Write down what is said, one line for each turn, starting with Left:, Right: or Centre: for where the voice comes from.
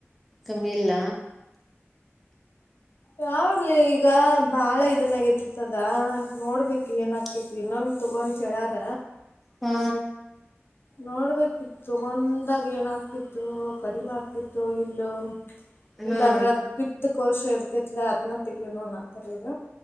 Centre: ಕಮ್ಮಿ ಇಲ್ಲ.
Left: ಯಾವಲೆ ಈಗ ಬಾಳ ಇದನ್ನ ಆಗೈತ್ಯಾತ ಅದ. ನೋಡ್ಬೇಕ
Centre: ಹ್ಮ್
Left: ಏನ್ ಆಕೇತಿ ಇನ್ನಮ್ ತಗೊಂತ ಹೇಳ್ಯಾರ.
Centre: ಹ.
Left: ನೋಡ್ಬೇಕಿತ್ತ ತಗೊಂಡಾಗ ಏನ ಆಕೆತೋ ಕಡಿಮೆ ಆಕೆತೊ ಇಲ್ಲೋ. ಇಲ್ಲಾದ್ರ
Centre: ಹಾ ಹ್ಮ್
Left: ಅದ್ ಪಿತ್ ಕೋಶ ಇರ್ತೇತ್ಲ ಅದನ ತೆಗಿನು ಅನ್ನತಾರ್ ಇವರ.